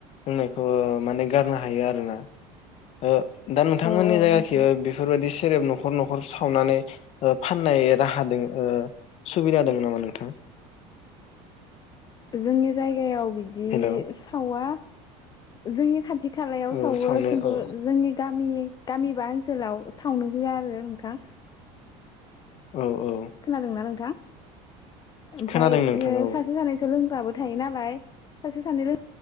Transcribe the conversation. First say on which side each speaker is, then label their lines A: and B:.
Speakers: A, on the left; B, on the left.
A: लोंनायखौ माने गारनो हायो आरोना। ओ दा नोंथांमोननि
B: औ
A: जायगाखि
B: नोंथां
A: बेफोरबायदि सेरेब नखर नखर सावनानै फाननाय राहा दों ओ सुबिदा दं नामा नोंथां?
B: जोंनि जायगायाव बिदि
A: हेलौ
B: सावा। जोंनि खाथि खालायाव
A: औ
B: सावो
A: सावनो
B: खिन्थु
A: औ
B: जोंनि गामि गामि बा ओनसोलाव सावनो होआ आरो नोंथां।
A: औ औ
B: खोनादोंना नोंथां? ओमफ्राय
A: खोनादों नोंथां
B: ओ
A: औ
B: सासे सानैथ' लों ग्राबो थायो नालाय सासे सानै लों